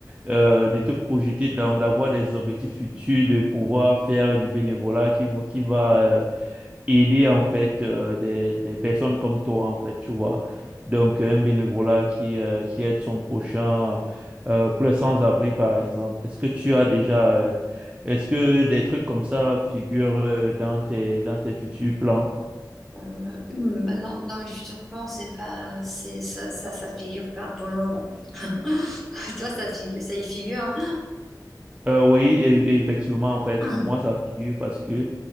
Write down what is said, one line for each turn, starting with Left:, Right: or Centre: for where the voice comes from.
Right: euh, de te projeter dans d'avoir des objectifs futurs, de pouvoir faire du bénévolat qui va- qui va euh, aider en fait euh, des, des personnes comme toi en fait, tu vois. Donc un bénévolat qui, euh, qui aide son prochain euh, pour les sans-abri par exemple. Est-ce que tu as déjà euh, est-ce que des trucs comme ça là, figurent euh, dans tes dans tes futurs plans?
Centre: Euh, <clears throat> maintenant, dans mes futurs plans, c'est pas, c'est ça, ça, ça figure pas pour le moment. <laughs> Toi, ça figure, ça y figure.
Right: Euh, oui, et- et effectivement, en fait,
Centre: hein.
Right: pour moi, ça figure parce que